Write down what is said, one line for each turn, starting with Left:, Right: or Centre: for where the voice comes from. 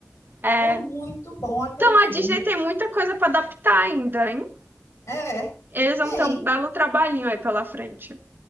Right: É.
Left: É muito bom aquele
Right: Então
Left: filme.
Right: a Disney tem muita coisa para adaptar ainda, hein?
Left: É,
Right: Eles vão
Left: tem.
Right: ter um belo trabalhinho aí pela frente.